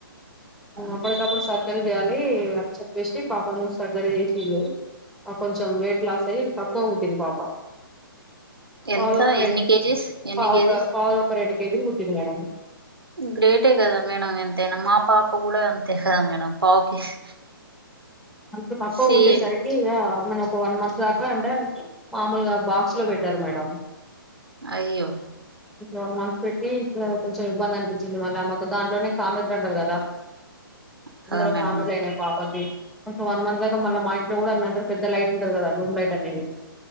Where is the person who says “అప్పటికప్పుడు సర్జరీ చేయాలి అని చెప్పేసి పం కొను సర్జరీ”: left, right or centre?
Centre